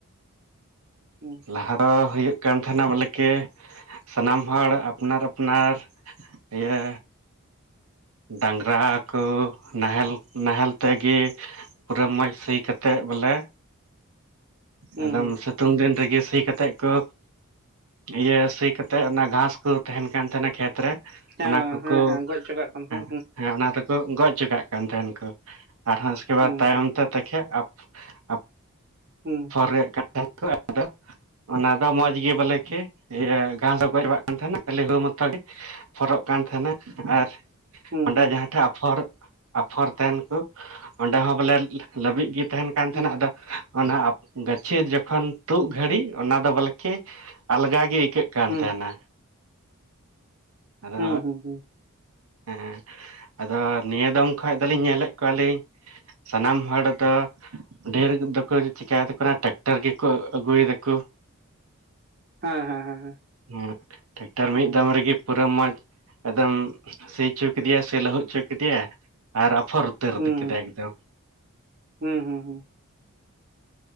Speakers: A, on the right (about 45°); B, on the right (about 75°).
A: ᱦᱩᱸ
B: ᱞᱟᱦᱟ ᱫᱚ ᱦᱩᱭᱩᱜ ᱠᱟᱱ ᱛᱟᱦᱮᱱᱟ ᱵᱚᱞᱮᱠᱤ ᱥᱟᱱᱟᱢ ᱦᱚᱲ ᱟᱯᱱᱟᱨ ᱟᱯᱱᱟᱨ ᱤᱭᱟᱹ ᱰᱟᱝᱨᱟ ᱠᱚ ᱱᱟᱦᱮᱞ ᱱᱟᱦᱮᱞ ᱛᱮᱜᱮ ᱯᱩᱨᱟᱹ ᱢᱚᱸᱡᱽ ᱥᱤ ᱠᱟᱛᱮ ᱵᱚᱞᱮ
A: ᱦᱩᱸ
B: ᱮᱠᱫᱚᱢ
A: ᱦᱩᱸ
B: ᱥᱤᱛᱩᱝ ᱫᱤᱱ ᱨᱤ ᱜᱤ ᱥᱤ ᱠᱟᱛᱮᱫ ᱠᱚ ᱤᱭᱟᱹ ᱥᱤ ᱠᱟᱛᱮᱫ ᱚᱱᱟ ᱜᱷᱟᱸᱥ ᱠᱚ ᱛᱟᱦᱮᱱ ᱠᱟᱱ ᱛᱟᱦᱮᱱᱟ ᱠᱷᱮᱛ ᱛᱮᱨᱮ
A: ᱦᱮᱸ
B: ᱚᱱᱟ ᱠᱚᱠᱚ
A: ᱦᱮᱸ ᱦᱮᱸ ᱜᱚᱡ ᱦᱚᱪᱚ ᱠᱟᱜ ᱠᱟᱱᱟ
B: ᱦᱩᱸ ᱦᱮᱸ ᱚᱱᱟ ᱫᱚ ᱠᱚ ᱜᱚᱡ ᱦᱚᱪᱚ ᱠᱟᱜ ᱠᱟᱱ ᱛᱟᱦᱮᱱ ᱠᱚ ᱟᱨᱦᱚᱸ ᱩᱥᱠᱮ
A: ᱦᱩᱸ
B: ᱵᱟᱫᱽ ᱛᱟᱭᱚᱢ
A: ᱦᱩᱸ
B: ᱛᱮ ᱛᱮᱠᱷᱮᱡ ᱟᱯᱷ ᱟᱯᱷ
A: ᱦᱩᱸ
B: ᱯᱚᱨᱮᱡ ᱠᱟᱛᱮ ᱦᱚᱸᱠᱚ <unintelligible> ᱚᱱᱟ ᱫᱚ ᱢᱚᱸᱡᱽ ᱜᱮ ᱵᱚᱞᱮ ᱠᱮ ᱤᱭᱟᱹ ᱜᱷᱟᱸᱥ ᱦᱚᱸ ᱜᱚᱡ ᱵᱟᱲᱟᱜ ᱠᱟᱱ ᱛᱟᱦᱮᱱᱟ ᱠᱷᱟᱹᱞᱤ ᱦᱩᱲᱩ ᱢᱚᱛᱚ ᱜᱮ ᱦᱚᱨᱚᱜ ᱠᱟᱱ ᱛᱟᱦᱮᱱᱟ ᱟᱨ
A: ᱦᱩᱸ
B: ᱚᱸᱰᱮ
A: ᱦᱩᱸ
B: ᱡᱟᱦᱟᱸ ᱴᱷᱮᱡ ᱟᱯᱷᱚᱨ ᱟᱯᱷᱚᱨ ᱛᱟᱦᱮᱱ ᱠᱩ ᱚᱸᱰᱮ ᱦᱚᱸ ᱵᱚᱞᱮ ᱞᱟᱹᱵᱤᱫ ᱜᱤᱼᱼ ᱛᱟᱦᱮᱱ ᱠᱟᱱ ᱛᱟᱦᱮᱱᱟ
A: ᱦᱩᱸ
B: ᱟᱫᱚ ᱚᱱᱟ ᱜᱟᱹᱪᱷᱤ ᱡᱚᱠᱷᱚᱱ ᱛᱩᱫ ᱜᱷᱟᱹᱲᱤᱡ ᱚᱱᱟ ᱫᱚ ᱵᱚᱞᱮᱠᱤ ᱟᱞᱜᱟ ᱜᱮ ᱟᱹᱭᱠᱟᱹᱜ ᱠᱟᱱ
A: ᱦᱩᱸ
B: ᱛᱟᱦᱮᱱᱟ ᱟᱫᱚ
A: ᱦᱩᱸ ᱦᱩᱸ ᱦᱩᱸ ᱦᱩᱸ
B: ᱮᱸᱻ ᱟᱫᱚ ᱱᱤᱭᱟᱹ ᱫᱚᱢ ᱠᱷᱟᱡ ᱫᱚᱞᱤᱧ ᱧᱮᱞᱮᱫ ᱠᱚᱣᱟᱞᱤᱧ ᱥᱟᱱᱟᱢ ᱦᱚᱲ ᱫᱚ ᱰᱷᱮᱨ ᱫᱚᱠᱚ ᱪᱮᱠᱟᱹᱭ ᱫᱟᱠᱚ ᱚᱱᱟ ᱴᱮᱠᱴᱟᱨ ᱜᱮᱠᱚ ᱟᱹᱜᱩᱭᱮᱫᱟ ᱠᱩ
A: ᱦᱮᱸ ᱦᱮᱸ ᱦᱮᱸ ᱦᱮᱸ
B: ᱦᱮᱸ ᱴᱮᱠᱴᱟᱨ
A: ᱦᱩᱸ
B: ᱢᱤᱫ ᱫᱚᱢ ᱨᱮᱜᱮ ᱯᱩᱨᱟᱹ ᱢᱚᱸᱡᱽ ᱮᱠᱫᱚᱢ ᱥᱤ ᱦᱚᱪᱚ ᱠᱮᱫᱮᱭᱟ ᱥᱮ ᱞᱟᱹᱦᱩᱫ ᱦᱚᱪᱚ ᱠᱮᱫᱮᱭᱟ ᱟᱨ ᱟᱯᱷᱚᱨ ᱩᱛᱟᱹᱨ
A: ᱦᱩᱸ
B: ᱠᱮᱫᱟᱭ ᱮᱠᱫᱚᱢ
A: ᱦᱩᱸ ᱦᱩᱸ ᱦᱩᱸ